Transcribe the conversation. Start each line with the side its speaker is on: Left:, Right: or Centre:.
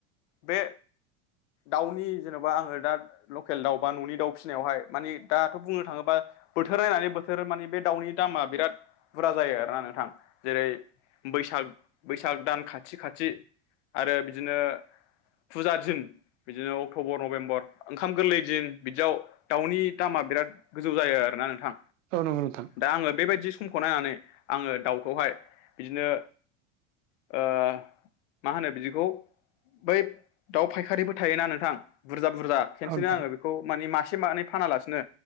Left: बे दाउनि जेन'बा आङो दा लकेल दाउ बा न'नि दाउ फिसिनायावहाय मानि दाथ' बुंनो थाङोब्ला बोथोर नायनानै बोथोर माने बे दाउनि दामा बिराद बुरा जायो आरोना नोंथां जेरै बैसाग बैसाग दान खाथि खाथि आरो बिदिनो फुजा दिन बिदिनो अक्ट'बर नभेम्बर ओंखाम गोरलै दिन बिदियाव दाउनि दामा बिराद गोजौ जायो आरोना नोंथां।
Right: औ नंगौ नोंथां औ
Left: दा आङो बेबायदि समखौ नायनानै आङो दाउखौहाय बिदिनो ओ मा होनो बिदिखौ बै दाउ फायखारिबो थायोना नोंथां बुरजा बुरजा खेनसेनो
Right: नोंथां
Left: आङो बेखौ माने मासे मानै फानालासिनो